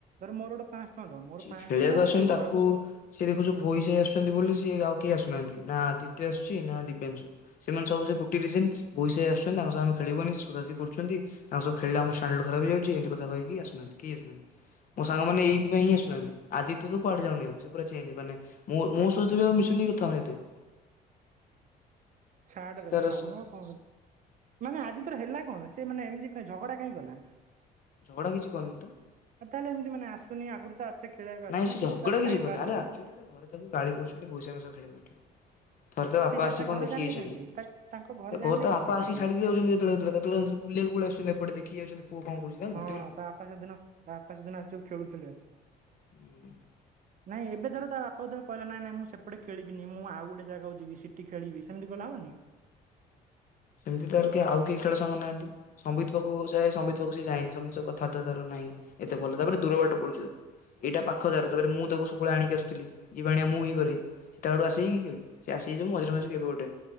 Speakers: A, on the right; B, on the left.
A: ଧର ମୋର ଗୋଟେ ପାଞ୍ଚଶହ ଟଙ୍କା ଧ ମୋର ପାଞ୍ଚ
B: ଖେଳିଆକୁ
A: ଟଙ୍କା
B: ଆସୁନ୍
A: ସିଏ
B: ତାକୁ
A: ଶହେ ଟଙ୍କା।
B: ସିଏ ଦେଖୁଛୁ ଭୋହି ସାହି ଆସୁଛନ୍ତି ବୋଲି ସିଏ ଆଉ କେହି ଆସୁନାହାନ୍ତି ନା ଆଦିତ୍ୟ ଆସୁଛି ନା ଦିବ୍ୟାଂଶୁ। ସେମାନେ ସବୁ ସେଇ ଗୋଟିଏ ରିଜେନ୍ ଭୋଇ ସାଇ ଆସୁଛନ୍ତି ତାଙ୍କ ସହ ଆମେ ଖେଳିବୁନି ଶୋଧା ଶୋଧି କରୁଛନ୍ତି ତାଙ୍କ ସହ ଖେଳିଲେ ଆମ ପା୍ୟାଣ୍ଡ ଖରାପ ହେଇଯାଉଛି ଏମତି କଥା କହିକି ଆସୁନାହାନ୍ତି କେଇ ଆସୁନାହାଁନ୍ତି। ମୋ ସାଙ୍ଗମାନେ ଏଥିପାଇଁ ହିଁ ଆସୁନାହାନ୍ତି ଆଦିତ୍ୟ ତ କୁଆଡେ ଯାଉନି ଆଉ ସେ ପୁରା ଚେଞ୍ ମାନେ ମୁଁ ମୋ ସହିତ ବି ଆଉ ମିଶୁନି କଥା ହଉନି ଏତେ।
A: ଛାଡରେ
B: ସେ ତାର
A: ଭାଇ ଆମର କଣ ନା ନା ଆଦିତ୍ୟର ହେଲା କଣ ସେ ମାନେ ଏମିତି କାଇଁ ଝଗଡ଼ା କାଇଁ କଲା?
B: ଝଗଡ଼ା କିଛି କରିନି ତ।
A: ଆଉ ତାହେଲେ ଏମିତି ମାନେ ଆସୁନି ଆଗରୁ ତ ଆସେ ଖେଳିବାକୁ ଆସେ
B: ନାଇଁ
A: ନା
B: ସିଏ
A: କିଛିଟା
B: ଝଗଡା କିଛି
A: ଟାଇମ
B: କରିନି
A: ବାହାର
B: ଆରେ
A: କରିକି।
B: ଆକ୍ଚୁଆଲି ତା ଘରେ ତାକୁ ଗାଳି କରୁଛନ୍ତି ଭୋଇ ସାଙ୍ଗ ସହ ଖେଳେ ବୋଲି। ଥରେ ତା ବାପା
A: ସିଏ ଯା
B: ଆସିକି କଣ
A: ଘରେ
B: ଦେଖିକି
A: ଜାଣିଲେ
B: ଯାଇଛନ୍ତି
A: କେମିତି ତା ତାଙ୍କ ଜାଣିଲେ
B: ଘରେ ତା
A: କେମିତି
B: ବାପା
A: ଏ
B: ଆସିକି
A: କଥା
B: ଛାଡ଼ି ଦେଇ ଯାଉଛନ୍ତି ଯେତେ କେତେ ବେଳେ କେତେବେଳେ ବୁଲିବାକୁ ପଲେଇ ଆସୁଛନ୍ତି ଏପଟ ଦେଖିକି ଯାଉଛନ୍ତି ପୁଅ କଣ କରୁଛି ଗୋଟେ
A: ହଁ
B: ପୁ
A: ତା ବାପା ସେଦିନ ତା ବାପା ସେଦିନ ଆସିକି ଯୋଉ ଖେଳୁଥିଲେ ଆସିକି
B: ହୁଁ
A: ନାଇଁ ଏବେ
B: ତ
A: ଥରେ ତା ବାପାକୁ ଥରେ କହିଲା ନାଇଁ ନାଇଁ ମୁଁ ସେପଟେ ଖେଳିବିନି ମୁଁ ଆଉ ଗୋଟେ ଜାଗା କୁ ଯିବି ସେଟି ଖେଳିବି ସେମିତି କଲେ ହବନି?
B: ସେମିତି ତାର କିଏ ଆଉ କେଇ ଖେଳ ସାଙ୍ଗ ନାହାନ୍ତି? ସମ୍ବିତ ପାଖକୁ ଯାଏ ସମ୍ବିତ ପାଖକୁ ସେ ଯାଏନି ସମ୍ବିତ ସହ କଥାବାର୍ତ୍ତା ତାର ନାହିଁ ଏତେ ଭଲ ତାପରେ ଦୂର ବାଟ ପଡୁଚି ତାକୁ। ଏଇଟା ପାଖ ତାର ତାପରେ ମୁଁ ତାକୁ ସବୁବେଳେ ଆଣିକି ଆସୁଥିଲି ଯିବାଆଣିଆ ମୁଁ ହିଁ କରେ। ସେ ତାର ଆସେକି କେବେ ସେ ଆସେ ଯେ ମଝିରେ ମଝିରେ କେବେ ଗୋଟେ?